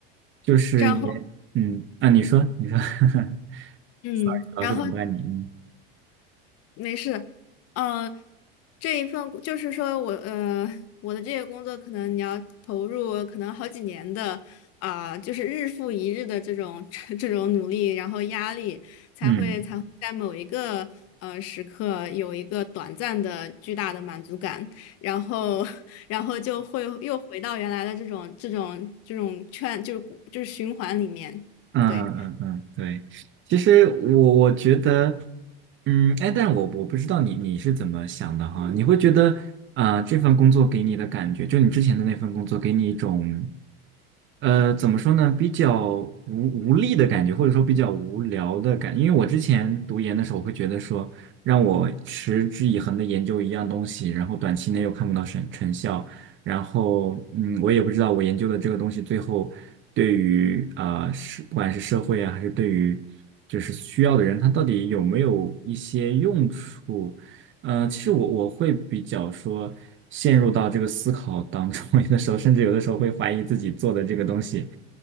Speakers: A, on the right (about 40°); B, on the left (about 50°).
A: 就是也嗯啊，
B: 然后，
A: 你说你说 <laughs>，sorry，
B: 嗯，
A: 老是打断你，
B: 然后。
A: 嗯
B: 没事，呃，这一份就是说我呃我的这个工作可能你要投入可能好几年的啊、就是日复一日的这种 <laughs> 这种努力，然后压力才会才会在某一个呃时刻有一个短暂的巨大的满足感，
A: 嗯
B: 然后 <laughs> 然后就会又回到原来的这种这种这种圈就是就是循环里面，
A: 嗯嗯嗯，
B: 对，
A: 嗯对，其实我我觉得，嗯，哎，但我我不知道你你是怎么想的哈，你会觉得啊、呃这份工作给你的感觉，就你之前的那份工作给你一种。呃，怎么说呢？比较无无力的感觉，或者说比较无聊的感觉因为我之前读研的时候，会觉得说，让我持之以恒的研究一样东西，然后短期内又看不到成成效，然后嗯，我也不知道我研究的这个东西最后对于啊、呃，是不管是社会啊，还是对于就是需要的人，他到底有没有一些用处。呃，其实我我会比较说陷入到这个思考当中，<laughs> 有的时候甚至有的时候会怀疑自己做的这个东西，